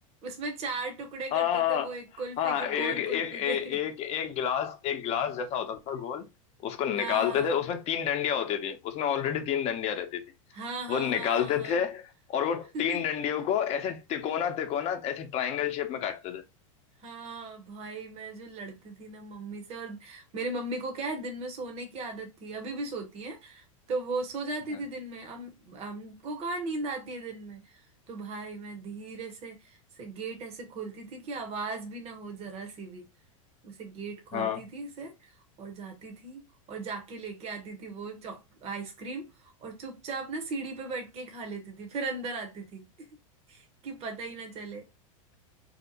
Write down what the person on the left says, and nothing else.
हाँ
हाँ
एक
एक
ए-
एक
एक गिलास एक गिलास जैसा होता था गोल उसको निकालते
थे उसमें तीन डंडियां होती थी उसमें ऑलरेडी तीन डंडियां रहती थी
वो निकालते
थे और वो
तीन डंडियों को ऐसे तिकोना तिकोना ऐसे ट्रायंगल शेप में काटते थे
हाँ
<laughs> हाँ।